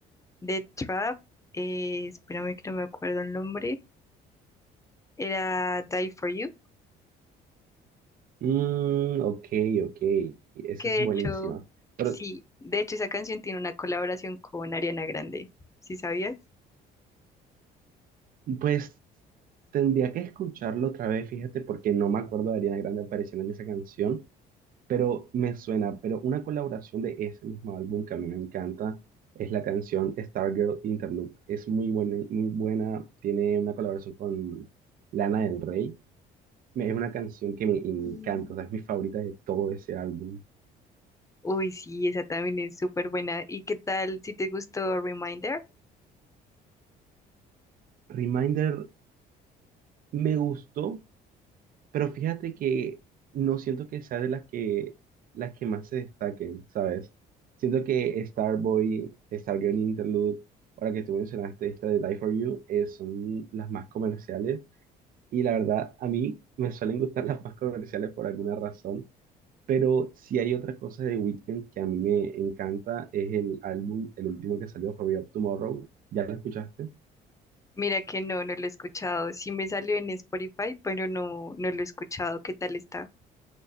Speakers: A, on the left; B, on the right.
A: The Trap, eh, espérame que no me acuerdo el nombre, era Die For You,
B: Mm, ok, ok, eso
A: que
B: es
A: de
B: buenísimo.
A: hecho,
B: Pero,
A: sí, de hecho esa canción tiene una colaboración con Ariana Grande, ¿sí sabías?
B: pues tendría que escucharlo otra vez, fíjate, porque no me acuerdo de Ariana Grande apareciendo en esa canción, pero me suena, pero una colaboración de ese mismo álbum que a mí me encanta es la canción Stargirl Interlude. Es muy buena, muy buena, tiene una colaboración con Lana del Rey. Me- Es una canción que me encanta,
A: Mm.
B: o sea, es mi favorita de todo ese álbum.
A: Uy, sí, esa también es súper buena. ¿Y qué tal si te gustó Reminder?
B: Reminder me gustó, Pero fíjate que no siento que sea de las que, las que más se destaquen, ¿sabes? Siento que Starboy, Stargirl Interlude, ahora que tú mencionaste esta de Die For You, eh, son las más comerciales. Y la verdad, a mí me suelen gustar las más comerciales por alguna razón. Pero si hay otra cosa de Weeknd que a mí me encanta, es el álbum, el último que salió, For Up Tomorrow. ¿Ya lo escuchaste?
A: Mira que no, no lo he escuchado. Sí me salió en Spotify, pero no, no lo he escuchado. ¿Qué tal está?